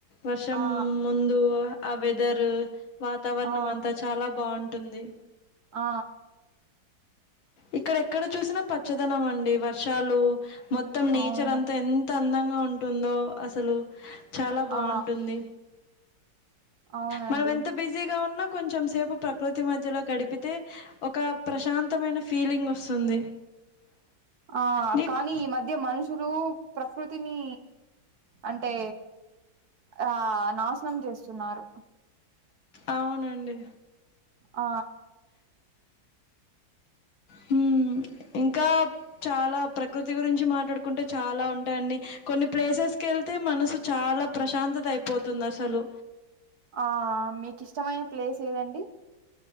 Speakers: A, on the left (about 80°); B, on the right (about 55°).
A: వర్షం
B: ఆ
A: ముందు ఆ వెర్థెర్ వాతావరణం
B: ఆ
A: అంతా చాలా బాగు ఉంటుంది
B: ఆ
A: ఇక్కడ ఎక్కడ చూసినా పచ్చదనం అండి వా శాలు మొత్తం నేచర్
B: అవును
A: అంతా ఎంత అందంగా ఉంటుందో అసలు చాలా బాగుంటుంది
B: ఆ అవునండి
A: మనం ఎంత బిజీగా ఉన్నా కొంచెం సేపు ప్రకృతి మధ్యలో గడిపితే ఒక ప్రశాంతమైన ఫీలింగ్ వస్తుంది
B: ఆ
A: నీకు
B: కానీ ఈ మధ్య మనుషులు ప్రకృతిని అంటే ఆ నాశనం చేస్తున్నారు
A: అవునండి
B: ఆ
A: హుమ్ ఇంకా చాలా ప్రకృతి గురించి మాట్లాడుకుంటే చాలా ఉంటాయండి కొన్ని ప్లేసెస్ కెళ్తే మనసు చాలా ప్రశాంతత అయిపోతుంది అసలు
B: ఆ మీకు ఇష్టమైన ప్లేస్ ఏదండి